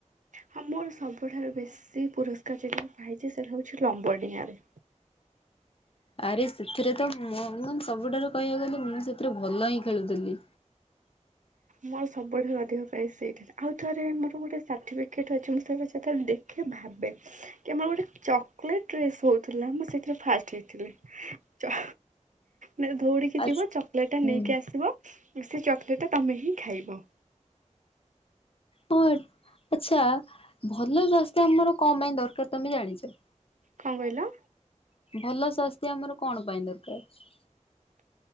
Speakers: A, on the right; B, on the left.
A: ହଁ ମୋର ସବୁଠାରୁ ବେଶୀ ପୁରସ୍କାର ଯେଟା ମୁଁ ପାଇଛି ସେରା ହେଉଛି ଲମ୍ବ ଡିଆଁରେ।
B: ଆରେ ସେଥିରେ ତ ମୁଁ ମୁଁ ସବୁଠାରୁ କହିବାକୁ ଗଲେ ମୁଁ ସେଥିରେ ଭଲ ହିଁ ଖେଳୁଥିଲି।
A: ମୋର ସବୁଠାରୁ ଅଧିକ ପ୍ରାଇଜ ସେଇଠିରେ ଆଉ ଥରେ ମୋର ଗୋଟେ ସାର୍ଟିଫିକେଟ୍ ଅଛି ମୁଁ ସେଗୁ ସେତେଳେ ଦେ ଖେ ଭାବେ କି ଆମର ଗୋଟେ ଚକୋଲେଟ୍ ରେସ୍ ହଉଥିଲା ମୁଁ ସେଥିରେ ଫାଷ୍ଟ ଟି ହେଇଥିଲି ଚ ମାନେ ଧଉଡିକି
B: ଆଛ୍
A: ଯିବ ଚକୋଲେଟ ଟା
B: ହୁଁ
A: ନେଇକି ଆସିବ ସେ ଚକୋଲେଟ ଟା ତମେ ହିଁ ଖାଇବ।
B: ବଟ୍ ଆଚ୍ଛା ଭଲ ସ୍ୱାସ୍ଥ୍ୟ ଆମର କ ପାଇଁ ଦରକାର ତମେ ଜାଣିଚ।
A: କ କହିଲ?
B: ଭଲ ସ୍ୱାସ୍ଥ୍ୟ ଆମର କଣ ପାଇଁ ଦରକାର।